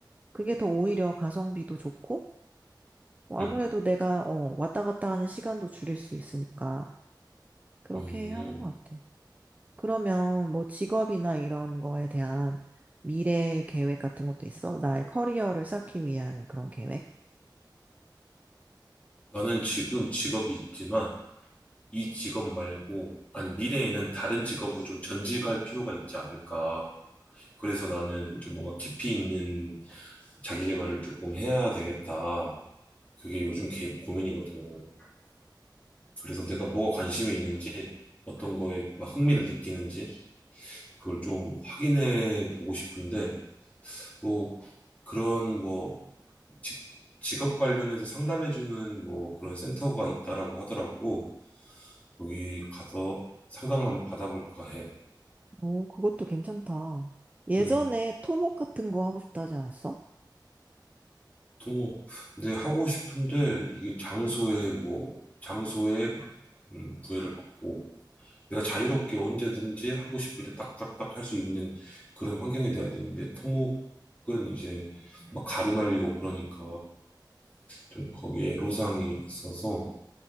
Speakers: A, on the right (about 20°); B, on the left (about 15°).
A: 그게 더 오히려 가성비도 좋고 뭐
B: 음,
A: 아무래도 내가 어, 왔다 갔다 하는 시간도 줄일 수 있으니까 그렇게
B: 음.
A: 하는 것 같아. 그러면 뭐 직업이나 이런 거에 대한 미래 계획 같은 것도 있어? 나의 커리어를 쌓기 위한 그런 계획?
B: 나는 지금 직업이 있지만 이 직업 말고 아니 미래에는 다른 직업으로 좀 전직할 필요가 있지 않을까? 그래서 나는 좀 뭔가 깊이 있는 자기 개발을 조금 해야 되겠다. 그게 요즘 개- 고민이거든. 그래서 내가 뭐가 관심이 있는지, 어떤 거에 막 흥미를 느끼는지, 그걸 좀 확인해 보고 싶은데, 뭐, 그런 뭐, 직, 직업 관련해서 상담해 주는 뭐 그런 센터가 있다라고 하더라고. 거기 가서 상담을 한번 받아볼까 해.
A: 오, 그것도 괜찮다. 예전에
B: 음.
A: 토목 같은 거 하고 싶다 하지 않았어?
B: 또, 네, 하고 싶은데, 이게 장소에 뭐, 장소에, 음, 구애를 받고, 내가 자유롭게 언제든지 하고 싶을 때 딱딱딱 할 수 있는 그런 환경이 돼야 되는데 토목은 이제 막 가루 날리고 그러니까 좀 거기에 애로사항이 있어서